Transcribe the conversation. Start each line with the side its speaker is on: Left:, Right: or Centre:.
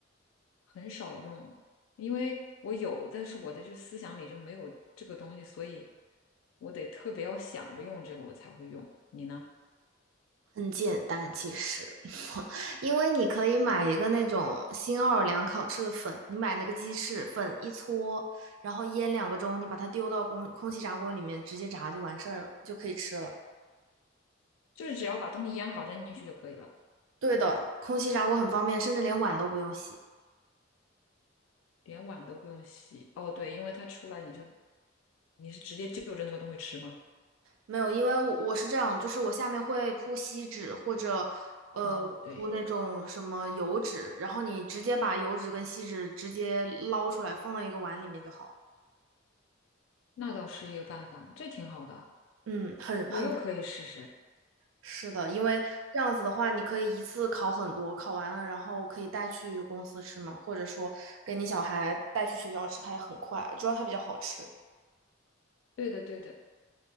Left: 很少用。因为我有，但是我的就思想里就没有这个东西，所以我得特别要想着用这个，我才会用。你呢？
Right: 很简单，其实，<laughs> 因为你可以买一个那种新奥尔良烤翅的粉，你买那个鸡翅粉一搓，然后腌两个钟，你把它丢到空空气炸锅里面直接炸就完事儿了，就可以吃了。
Left: 就是只要把东西腌好扔进去就可以了，
Right: 对的，空气炸锅很方便，甚至连碗都不用洗。
Left: 连碗都不用洗。哦，对，因为它出来你就你是直接就着那个东西吃吗？
Right: 没有，因为我我是这样，就是我下面会铺锡纸或者呃铺那种什么油纸，
Left: 哦，对，
Right: 然后你直接把油纸跟锡纸直接捞出来放到一个碗里面就好了。
Left: 那倒是一个办法，这挺好的，
Right: 嗯，很很。
Left: 我又可以试试。
Right: 是的，因为这样子的话，你可以一次烤很多，烤完了然后可以带去公司吃嘛，或者说给你小孩带去学校吃，它也很快，主要它比较好吃。
Left: 对的，对的。